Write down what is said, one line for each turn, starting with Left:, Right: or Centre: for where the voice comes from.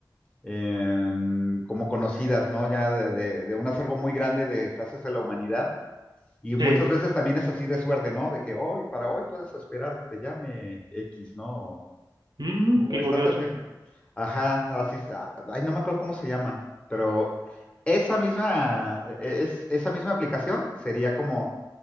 Left: em, como conocidas, ¿no? Ya de, de- de un acervo muy grande de frases de la humanidad. Y muchas
Right: Sí.
Left: veces también es así de suerte, ¿no? De que hoy, para hoy puedes esperar que te llame X, ¿no?
Right: Mm,
Left: O
Right: qué
Left: estate
Right: curioso.
Left: a tiempo. Ajá, así, es- a- ay, no me acuerdo cómo se llama, pero esa misma, e- e-, es, esa misma aplicación sería como